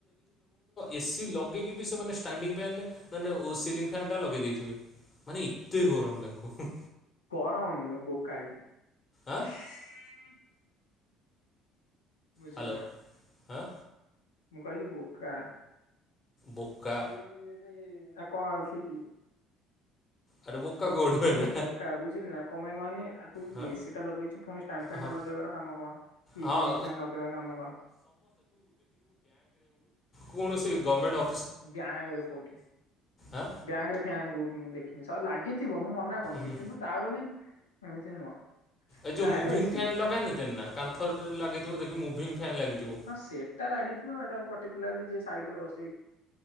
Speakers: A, on the left; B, on the left.
A: ଏସି ଲଗେଇକି ବି ସେମାନେ ଷ୍ଟାଣ୍ଡିଙ୍ଗ ଫ୍ୟାନ ମାନେ ଓ ସିଲିଙ୍ଗ ଫ୍ୟାନଟା ଲଗେଇ ଦେଇଥିବେ ମାନେ ଏତେ ଗରମ ତାଙ୍କୁ
B: <unintelligible> <unintelligible>
A: ଆଁ
B: ବୁଝେ
A: ହ୍ୟାଲୋ
B: ନା
A: ଆଁ
B: ମୁଁ କହଲି ବୋକା। ସେଇ
A: ବୋକା
B: ସେ ଏ କଣ ଅଛି।
A: ଆରେ ବୋକା କୋଉଠୁ
B: ମୁଁ କହିଲି
A: ହେଲା
B: ବୋକା ବୁଝିଲ ନା କଣପାଇଁ କହନି ଆଉ ତୁ
A: ହଁ
B: ଏସି ଟା ଲଗେଇଚୁ ଫୁଣି ଷ୍ଟାଣ୍ଡ ଫ୍ୟାନଟା
A: ହଁ
B: ଲଗେଇବାର କାମ କଣ କି
A: ହଁ
B: ସିଲିଙ୍ଗଫ୍ୟାନ୍ ଲଗେଇବାରସକାମ କଣ?
A: କୋଣସି ଗର୍ମେଣ୍ଟ ଅଫ୍
B: ବ୍ୟାଙ୍କରେ କୋଉଠିି
A: ଆଁ
B: ବ୍ୟାଙ୍କରେ ଫ୍ୟାନ କୋଉଠି ମୁଁ ଦେଖିନି। ତା ଲାଗି ଥିବ ମୁଁ ମନା କରୁନି
A: ହୁଁ
B: କିନ୍ତୁ ତା ବୋଲି ଏମିତି ନୁହଁ।
A: ଏଇ ଯୋଉ
B: ପ୍ରାୟତଃ
A: ମୁଭିଂ
B: ଏସି
A: ଫ୍ୟାନ୍ ଲଗାଇନ ତେନା କାନ୍ଥରରେ ଲଗାଇଥିବ ଦେଖିବୁ ମୁଭିଙ୍ଗ ଫ୍ୟାନ୍ ଲାଗିଥିବ।
B: ହଁ ସେଟା ଲାଗିଥିବ ଏଇଟା ପର୍ଟିକୁଲାରଲି ଯିଏ ସାଇଟ୍ରେ ବସ